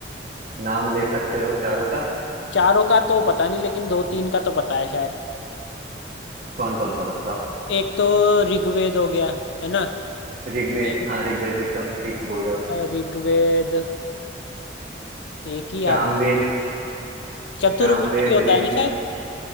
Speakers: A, on the right; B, on the left.
A: नाम ले सकते हो चारों का
B: चारों का तो पता नहीं लेकिन दो तीन का तो पता है शायद
A: कौन कौन सा बताओ
B: एक तो ऋग्वेद हो गया है ना
A: ऋग्वेद
B: एक
A: हाँ ऋग्वेद एकदम ठीक बोल रहे हो
B: अ, ऋग्वेद एक ही याद
A: सामवेद
B: है। चतुर्वेद
A: सामवेद
B: भी होता
A: ऋग
B: है ना शायद